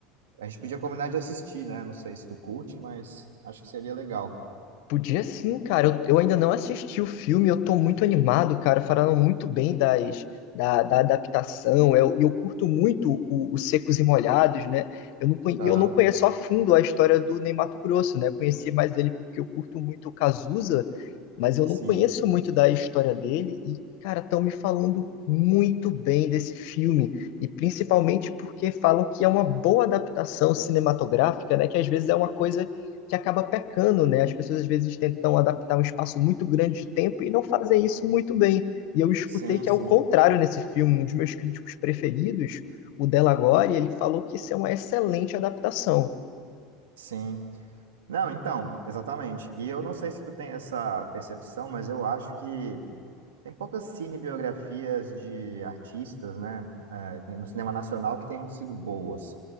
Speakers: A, on the right (about 85°); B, on the left (about 65°).
A: A gente podia combinar de assistir, né? Não sei se tu curte, mas acho que seria legal.
B: Podia sim, cara. Eu, eu ainda não assisti o filme, eu tô muito animado, cara. Falaram muito bem das, da, da adaptação. Eu, e eu curto muito o, o Secos e Molhados, né? Eu não, conhe-
A: Aham.
B: eu não conheço a fundo a história do Ney Matogrosso, né? Eu Conheci mais ele porque eu curto muito o Cazuza, mas eu
A: Sim,
B: não conheço muito da história dele. E, cara, estão me falando muito bem desse filme. E principalmente porque falam que é uma boa adaptação cinematográfica, né? Que às vezes é uma coisa que acaba pecando, né? As pessoas às vezes tentam adaptar um espaço muito grande de tempo e não fazem isso muito bem. E eu escutei
A: sim,
B: que
A: sim,
B: é o contrário nesse filme. Um dos meus críticos preferidos, o Delagore, ele falou que isso é uma excelente adaptação.
A: sim. Não, então, exatamente. E eu não sei se tu tem essa percepção, mas eu acho que tem poucas cinebiografias de artistas, né, eh, no cinema nacional que tenham sido boas.